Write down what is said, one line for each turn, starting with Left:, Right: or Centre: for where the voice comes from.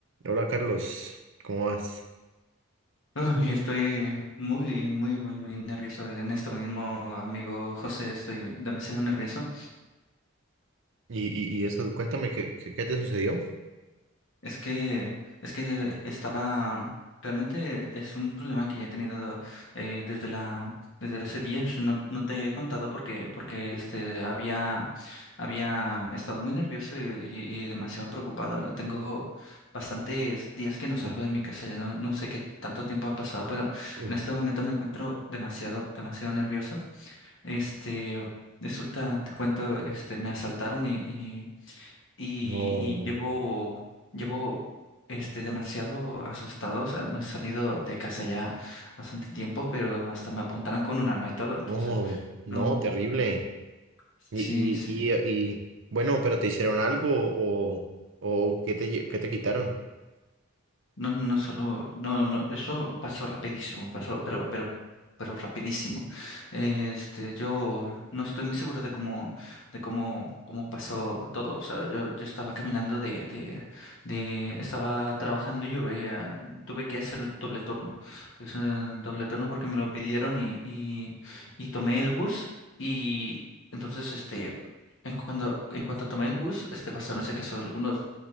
Right: Hola Carlos, ¿cómo vas?
Left: Ay, estoy muy, muy, muy, muy nervioso en esto mismo, amigo José, estoy demasiado nervioso.
Right: Y, y, y eso, cuéntame, ¿qué, qué, qué te sucedió?
Left: Es que, es que estaba, realmente es un problema que ya he tenido eh, desde la, desde hace días. No, no te he contado porque, porque este había, había estado muy nervioso y, y- y demasiado preocupado. Tengo bastantes días que no
Right: Uh,
Left: salgo de mi casa, ya no, no sé qué tanto tiempo ha pasado, pero
Right: uh,
Left: en este momento me encuentro demasiado, demasiado nervioso. Este, resulta, te cuento, este, me asaltaron y, y, y-
Right: No,
Left: y llevo, llevo, este, demasiado asustado. O sea, no he salido de casa ya bastante tiempo, pero hasta me apuntaron con un arma y todo. Entonces,
Right: no, no,
Left: no,
Right: terrible.
Left: sí,
Right: Y, y,
Left: sí.
Right: y, y, bueno, pero ¿te hicieron algo o, o qué te, lle- qué te quitaron?
Left: No, no solo, no, no, eso pasó rapidísimo, pasó, pero, pero, pero rapidísimo. Este, yo no estoy muy seguro de cómo, de cómo, cómo pasó todo. O sea, yo, yo estaba caminando de, de, de, estaba trabajando y yo veía, tuve que hacer un doble turno. Entonces, eh, doble turno porque me lo pidieron y, y, y tomé el bus y entonces, este, en cuando, en cuanto tomé el bus, este, pasaron, se casó algunos